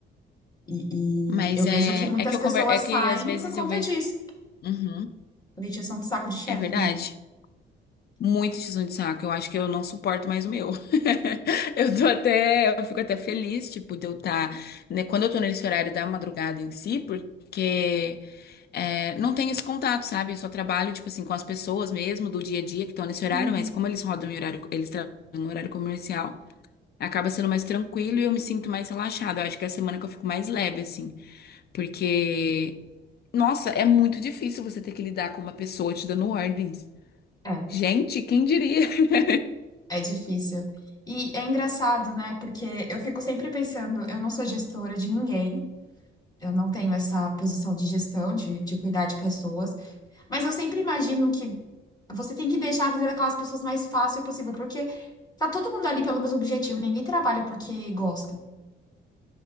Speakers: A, on the left; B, on the left.
A: E, e
B: Mas
A: eu vejo
B: é,
A: que muitas
B: é que eu
A: pessoas
B: conver... é que
A: saem
B: às vezes
A: por conta
B: eu vejo.
A: disso.
B: Uhum,
A: A Vitiação de saco de chefe,
B: é verdade.
A: né?
B: Muito tiozão de saco. Eu acho que eu não suporto mais o meu. <laughs> Eu tô até. Eu fico até feliz, tipo, de eu estar. né, quando eu tô nesse horário da madrugada em si, porque é, não tem esse contato, sabe? Eu só trabalho, tipo assim, com as pessoas mesmo do dia a dia que estão nesse horário,
A: Uhum.
B: mas como eles rodam em horário, eles trabalham no horário comercial, acaba sendo mais tranquilo e eu me sinto mais relaxada. Eu acho que é a semana que eu fico mais leve, assim. Porque, nossa, é muito difícil você ter que lidar com uma pessoa te dando ordens.
A: É.
B: Gente, quem diria? <laughs>
A: É difícil. E é engraçado, né? Porque eu fico sempre pensando, eu não sou gestora de ninguém, eu não tenho essa posição de gestão, de, de cuidar de pessoas, Mas eu sempre imagino que você tem que deixar a vida daquelas pessoas mais fácil possível, porque tá todo mundo ali pelo mesmo objetivo, ninguém trabalha porque gosta,